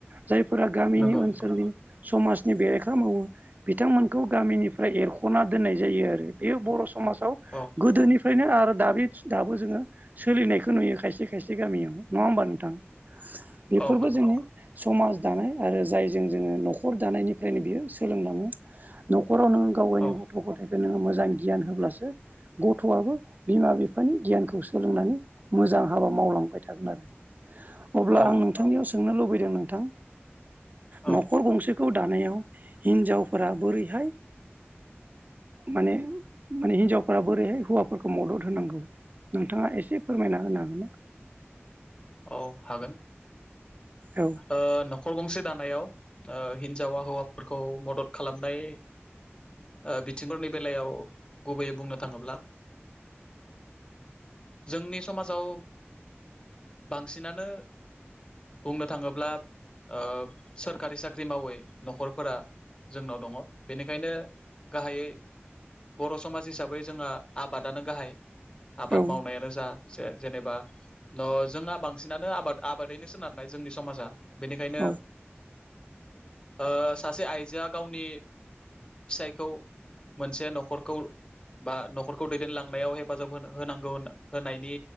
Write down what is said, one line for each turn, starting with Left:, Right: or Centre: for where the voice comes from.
Right: जायफोरा गामिनि
Left: नंगौ
Right: ओनसोलनि
Left: नंगौ
Right: समाजनि बेरेखा मावो बिथांमोनखौ गामिनिफ्राय एरख'ना दोननाय जायो आरो बेयो बर' समाजाव
Left: औ
Right: गोदोनिफ्रायनो आरो आरो दा दाबो जोङो सोलिनायखौ नुयो खायसे खायसे गामियाव नङा होमबा नोंथां बेफोरबो
Left: औ नंगौ
Right: जोंनि समाज दानाय आरो जायजों जोङो न'खर दानायनिफ्रायनो बियो सोलोंलाङो न'खरावनों गावनि
Left: औ
Right: गथ'-गथायखौ नो मोजां गियान होबसो गथ'आबो बिमा बिफानि गियानखौ सोलोंनानै मोजां मोजां हाबा मावलांबाय थागोन आरो अब्ला
Left: औ
Right: आं नोंथांनियाव सोंनो लुबैदों नोंथां
Left: औ
Right: न'खर गंसेखौ दानायाव हिनजावफोरा बोरैहाय माने माने हिनजावफोरा बोरैहाय हौवाफोरखौ मदद होनांगौ नोंथाङा एसे फोरमायना होनो हागोन ना
Left: औ हागोन
Right: औ
Left: ओ न'खर गंसे दानायाव ओ हिन्जावा हौवाफोरखौ मदद खालामनाय ओ बिथिंफोरनि बेलायाव गुबैयै बुंनो थाङोब्ला जोंनि समाजाव बांसिनानो बुंनो थाङोब्ला ओ सोरखारि साख्रि मावै न'खरफोरा जोंनाव दङ। बेनिखायनो गाहायै बर' समाज हिसाबै जोंहा आबादानो गाहाय आबाद
Right: औ
Left: मावनायानो जा जेनेबा न' जोंहा बांसिनानो आबाद आबादैनो सोनारनाय जोंनि समाजा बेनिखायनो
Right: औ
Left: ओ सासे आइजोआ गावनि फिसायखौ मोनसे न'खरखौ बा न'खरखौ दैदेनलांनायाव हेफाजाब होनांगौ होनायनि